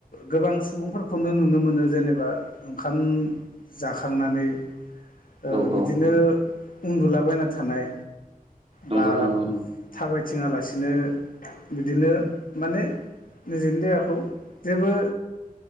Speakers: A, on the left; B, on the right.
A: गोबां सुबुंफोरखौनो नुनो मोनो जेनेबा ओंखाम हाखांनानै ओ
B: औ
A: बिदिनो
B: औ
A: उन्दुलाबायना थानाय
B: नंगौ
A: बा
B: नंगौ नंगौ
A: थाबायथिङा लासिनो बिदिनो माने निजिनि देहाखौ जेबो